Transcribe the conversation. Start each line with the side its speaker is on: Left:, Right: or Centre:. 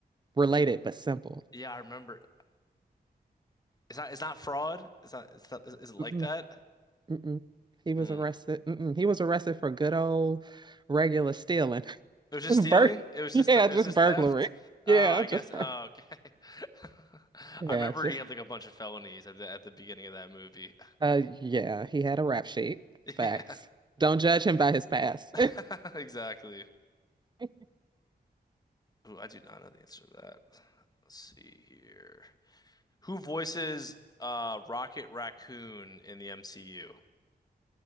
Right: Related but simple.
Left: yeah, I remember. It's not it's not fraud. It's not it's not is, is it like
Right: Mm-mm.
Left: that?
Right: Mm-mm. He was
Left: Hmm.
Right: arrested. Mm-mm. He was arrested for good old regular stealing. <laughs>
Left: It was just
Right: Bur
Left: stealing? It was
Right: yeah,
Left: just th it
Right: just
Left: was just
Right: burglary.
Left: theft?
Right: Yeah,
Left: Oh, I
Right: just
Left: guess.
Right: bur
Left: Oh, okay. <laughs>
Right: yeah,
Left: I remember
Right: just
Left: he had like a bunch of felonies at the at the beginning of that movie.
Right: uh yeah, he had a rap sheet.
Left: <laughs>
Right: Facts.
Left: Yeah.
Right: Don't judge him by his past.
Left: <laughs> Exactly.
Right: <laughs>
Left: Ooh, I do not know the answer to that. Let's see here. Who voices uh Rocket Raccoon in the MCU?